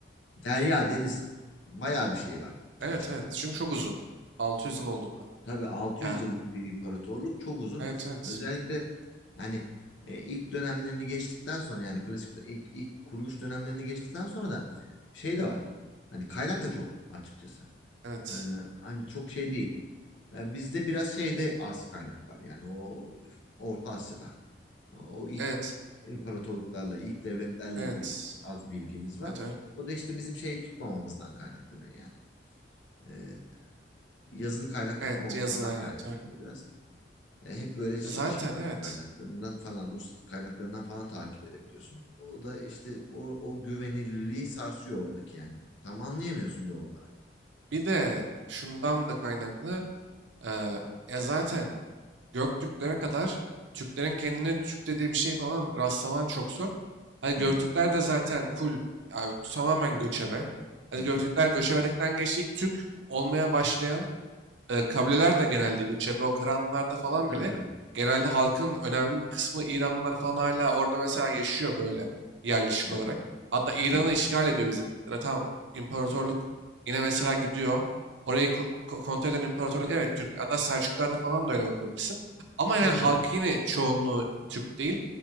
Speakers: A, on the left (about 85°); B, on the right (about 75°).
A: Derya, deniz. Bayağı bir şey var
B: Evet
A: açıkçası.
B: evet. Çünkü çok uzun. 600 yıl olduğunda.
A: Tabii 600
B: Ya.
A: yıllık bir imparatorluk çok uzun.
B: Evet evet.
A: Özellikle hani e, ilk dönemlerini geçtikten sonra yani klasik dö- ilk, ilk kuruluş dönemlerini geçtikten sonra da şey de var. Hani kaynak da çok açıkçası.
B: Evet.
A: Ee, hani çok şey değil. Yani bizde biraz şeyde az kaynak var. Yani o Orta Asya'da. O ilk
B: Evet.
A: imparatorluklarla, ilk devletlerle
B: Evet.
A: ilgili biraz az bilgimiz var.
B: Evet öyle.
A: O da işte bizim şey tutmamamızdan kaynaklanıyor yani. Ee, yazılı kaynak tutmamamızdan
B: Evet yazılı
A: kaynaklanıyor
B: evet öyle.
A: biraz. E, hep böyle işte
B: E, Zaten
A: Çin
B: evet.
A: kaynaklarından falan, Rus kaynaklarından falan takip edebiliyorsun. O da işte o, o güvenilirliği sarsıyor oradaki yani. Tam anlayamıyorsun doğal olarak.
B: Bir de şundan da kaynaklı. eee, ya zaten Göktürklere kadar Türklerin kendine Türk dediği bir şey falan rastlaman çok zor. Hadi
A: Evet.
B: Göktürkler de zaten full abi tamamen göçebe. Hadi
A: Hı hı.
B: Göktürkler göçebelikten geçti. ilk Türk olmaya başlayan e, kabileler de genelde göçebe o karanlarda falan
A: Tabii
B: bile
A: tabii.
B: genelde halkın önemli bir kısmı İranlılar falan hala orada mesela yaşıyor böyle
A: Hı hı.
B: yerleşik
A: Evet.
B: olarak. Hatta İran'ı
A: Evet.
B: işgal ediyor bizim Türkler. Ha, Tamam imparatorluk
A: Hı hı.
B: yine mesela gidiyor. Orayı ko- ko- kontrol eden imparatorluk evet Türk. Hatta Selçuklar'da falan da öyle bakabilirsin. Ama yani
A: Tabii
B: halkı
A: tabii.
B: yine çoğunluğu Türk değil.